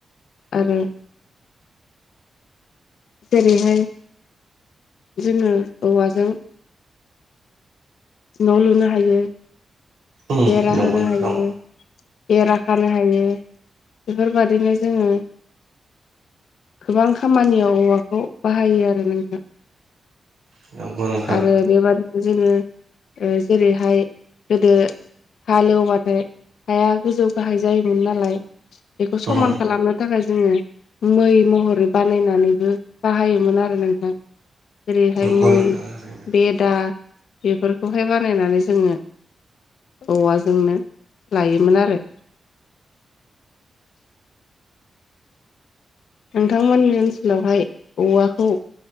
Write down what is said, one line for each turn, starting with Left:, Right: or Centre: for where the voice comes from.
Left: आरो जेरैहाय जोङो औवाजों न' लुनो हायो
Right: उम
Left: बेरा
Right: नंगौ
Left: होनो
Right: नोंथां
Left: हायो बेरा खानो हायो बेफोरबादिनो जोङो गोबां खामानियाव औवाखौ बाहायो आरो नोंथां
Right: <unintelligible>
Left: आरो बेबादिनो जोङो जेरैहाय गोदो हाल एवबाथाय हाया गोजौ गाहाय जायोमोन नालाय बेखौ समान
Right: उम
Left: खालामनो थाखाय जोङो मै महरै बानायनानैबो बाहायोमोन आरो नोंथां जेरैहाय
Right: नंगौ
Left: मै
Right: नोंथां थारैनो
Left: बेदा बेफोरखौहाय बानायनानै जोङो औवाजोंनो लायोमोन आरो नोंथांमोननि ओनसोलावहाय औवाखौ